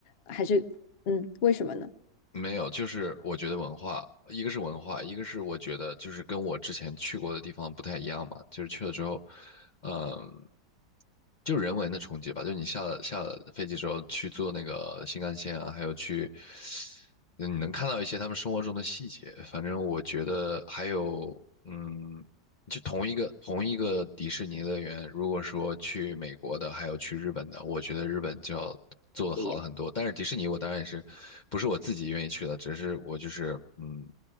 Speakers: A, on the left; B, on the left.
A: 还是嗯，为什么呢？
B: 没有，就是我觉得文化，一个是文化，一个是我觉得就是跟我之前去过的地方不太一样嘛，就是去了之后，嗯，就人文的冲击吧，就是你下了下了飞机之后去坐那个新干线啊，还有去，嗯你能看到一些他们生活中的细节，反正我觉得还有，嗯。就同一个同一个迪士尼乐园，如果说去美国的，还有去日本的，我觉得日本就要做的好了很多。
A: 不一样
B: 但是迪士尼，我当然也是不是我自己愿意去的，只是我就是嗯，